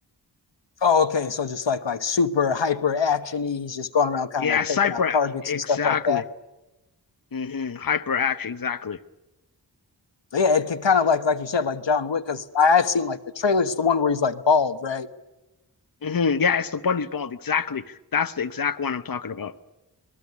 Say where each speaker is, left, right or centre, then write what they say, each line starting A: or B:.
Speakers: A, on the left; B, on the left.
A: Oh, okay. So just like like super hyper actiony. He's just going around kind
B: Yeah,
A: of like
B: Cypher,
A: taking out targets
B: exactly.
A: and stuff like that.
B: hmm Hyperaction, exactly.
A: But yeah, it could kind of like like you said, like John Wick, because I've seen like the trailers, the one where he's like bald, right?
B: hmm Yeah, it's the bunny's bald, exactly. That's the exact one I'm talking about.